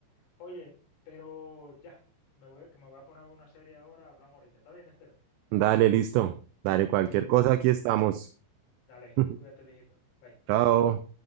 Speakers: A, on the left; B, on the right.
A: Oye, pero ya, me voy, que me voy a poner a ver una serie ahora, hablamos ahorita. ¿Está bien, Esteban?
B: Dale, listo. Dale, cualquier
A: Listo.
B: cosa, aquí estamos.
A: Dale,
B: <laughs>
A: cuídate, viejito. Bye.
B: Chao.